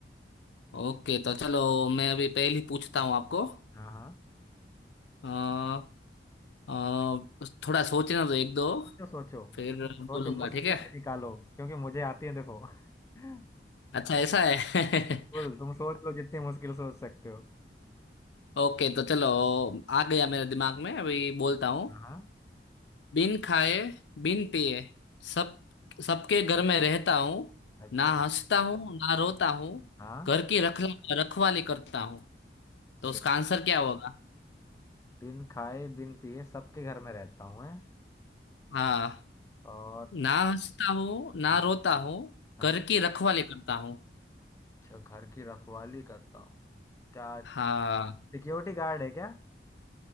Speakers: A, on the left (about 80°); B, on the left (about 15°).
A: ओके तो चलो मैं अभी पहली पूछता हूँ आपको
B: हाँ हाँ
A: अ, अ, थोड़ा सोचना दो एक दो
B: सोचो सोचो
A: फिर
B: सोचो
A: बोलूंगा
B: मुश्किल
A: ठीक है
B: से निकालो क्योंकि मुझे आती है देखो <laughs>
A: अच्छा ऐसा है
B: बोल तुम सोच लो जितनी मुश्किल सोच सकते हो
A: <laughs> ओके तो चलो आ गया मेरे दिमाग में अभी बोलता हूँ
B: हाँ हाँ।
A: बिन खाए बिन पिए सब सबके घर में रहता हूँ
B: अच्छा
A: ना हंसता हूँ ना रोता हूँ
B: हाँ
A: घर की रख रखवाली करता हूँ
B: अच्छा।
A: तो उसका आंसर क्या होगा
B: बिन खाए बिन पिए सबके घर में रहता हूँ मैं
A: हाँ
B: और
A: ना हंसता हूँ ना
B: हाँ
A: रोता हूँ
B: अच्छा
A: घर की रखवाली करता हूँ
B: अच्छा, घर की रखवाली करता हूँ क्या
A: हाँ
B: सिक्योरिटी गार्ड है क्या